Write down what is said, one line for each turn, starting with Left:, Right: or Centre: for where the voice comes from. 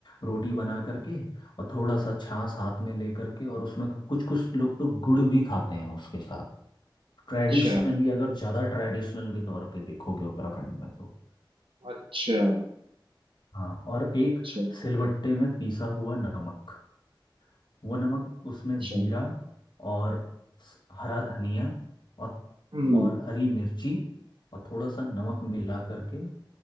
Left: रोटी बना करके और थोड़ा सा छाछ हाथ में ले करके और उसमें कुछ कुछ लोग तो गुड़ भी खाते हैं उसके साथ ट्रेडिशनली
Right: अच्छा
Left: अगर ज़्यादा ट्रेडिशनल के तौर पे देखोगे उत्तराखंड में तो
Right: अच्छा
Left: हाँ और एक
Right: अच्छा
Left: सिलबट्टे में पीसा हुआ नमक वो नमक उसमें
Right: अच्छा
Left: जीरा और स- हरा धनिया और
Right: हम्म
Left: और हरी मिर्ची और थोड़ा सा नमक मिला करके